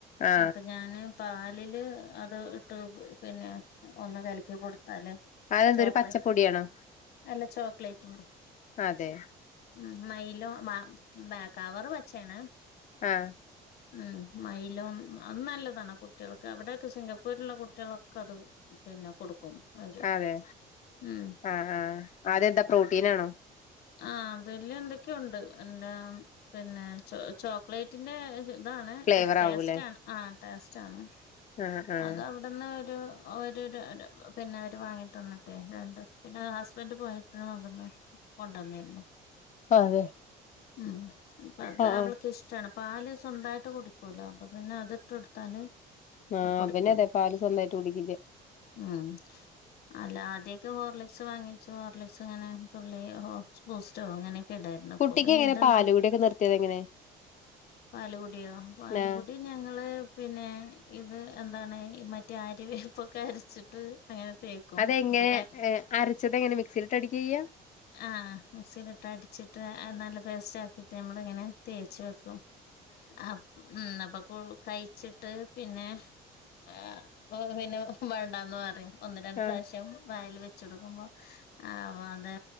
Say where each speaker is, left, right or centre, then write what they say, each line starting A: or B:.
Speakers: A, on the left; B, on the left.
A: ആ
B: അപ്പൊ ഞാന് പാലില്. അത് ഇട്ട് പിന്നെ ഒന്ന് കലക്കി കൊടു നല്ല
A: അതെന്തൊരു
B: ചോക്കളെ
A: പച്ചപ്പൊടിയാണോ
B: അല്ല ചോക്ലേറ്റ്മ്മ്
A: അതെ
B: ഉം മയിലോ മാ ബേക്കവറ് വെച്ചേണ്..
A: ആഹ്
B: ഉം മൈലോം അത് നല്ലതാണ്. കുട്ട്യോൾക്ക് അവിടെക്കെ സിംഗപ്പൂരിള്ള കുട്ട്യളൊക്കെ. അത്.. പിന്നെ കൊടുക്കും. അവര്
A: അതെ
B: ഉം
A: ആഹ്. ആ. ആതെന്താ. പ്രോട്ടീനാണോ?
B: ആഹ് അതില് എന്തെക്കെണ്ട് എല്ലാം പിന്നെ ച്ചോ ചോക്ലേറ്റിന്റെ താണ്
A: ഫ്ലേവർ
B: ഇഫ് ടേസ്റ്റാണ്
A: ആവൂലേ
B: ആ ടേസ്റ്റ്ണ്
A: ആഹ് ആഹ്
B: അതവടന്ന് രൊഓരോരോരോ പിന്നവര് വാങ്ങി തന്ന്ട്ടെ <unintelligible> പിന്ന ഹസ്ബന്റ് പോയപ്പഴും അവിടന്ന് കൊണ്ടന്നിരുന്നു
A: അതെ
B: ഉം പ്പതവൾക്ക്ഷ്ടാണ്
A: ആഹ് ആഹ്
B: പാല് സ് സ്വന്തമായിട്ട് കുടിക്കൂലോ അപ്പൊ പിന്നെ അതിട്ട് കൊടുത്താല്
A: ആഹ്
B: കുടിക്കും
A: ഇവന് അതെ പാല് സ്വന്തമായിട്ട് കുടിക്കില്ല
B: ഉം അല്ല അദേ ഹോർലിക്സ് വാങ്ങിച്ചു ഹോർലിക്സ് ഇങ്ങനെ തുള്ളി ബൂസ്റ്റോ അങ്ങനെ ഒക്കെ ഇടായിരുന്നു ഇപ്പൊ
A: കുട്ടിക്ക്
B: പിന്നെ
A: എങ്ങനെ
B: ഇതുണ്ടാ
A: പാല് കുടിയൊക്കെ നിർത്തിയത് എങ്ങനെ
B: പാലുകുടിയോ പാലുംകുടി
A: നാ
B: ഞങ്ങള് പിന്നെ ഇത് എന്താണ് മറ്റേ അര്യവോപ്പൊക്കെ അരച്ചിട്ട് അങ്ങനെ തേക്കും
A: അതെങ്ങനെ
B: അപ്പൊ
A: അരച്ചത് എങ്ങനെ മിക്സിയിലിട്ട് അടിക്ക ചെയ്യാ
B: ആഹ് മിക്സീൽ ഇട്ട് അടിച്ചിട്ട് അത് നല്ല പേസ്റ്റ് ആക്കിയിട്ട് നമ്മളിങ്ങനെ തേച്ച് വെക്കും ആഹ് ഉം അ അപ്പോ കഴിച്ചിട്ട് പിന്നെ ആ പിന്നെ വേണ്ടാന്ന് പറയും ഒന്ന് രണ്ട്
A: ആഹ്
B: പ്രാവശ്യം വായിൽ വെച്ചു കൊടുക്കുമ്പോ ആ അത്